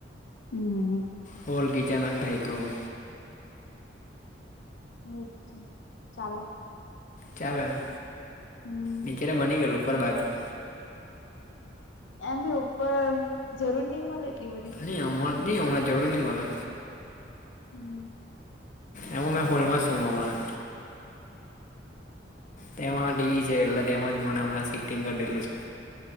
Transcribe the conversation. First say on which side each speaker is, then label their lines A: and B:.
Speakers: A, on the left; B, on the left.
A: હમ્મ.
B: હોલ કિચન અને ના એક રૂમ.
A: મો કિચન ચાલે.
B: ચાલે ને?
A: હમ
B: નીચે બની ગયેલું ઉપર બાકી.
A: એમ ભી ઉપર જરૂર ની મળે એટલી બધી.
B: ની હમણા ની હમણાં જરૂર ની મળે.
A: હમ્મ.
B: એમો મેં હોલમાં છું હમણાં. તેમાં ટી વી છે એટલે તેમાજ મને હણાં શિફ્ટિંગ કરી દેલું છે.